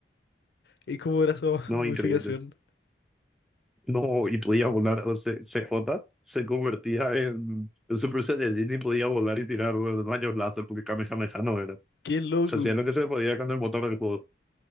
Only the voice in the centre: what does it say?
No,
increíble. No, y podía volar. O sea, CJ se convertía en, en Super Saiyajin y podía volar y tirar rayos láser porque Kamehameha no era.
Se hacía lo que se podía con el motor del juego.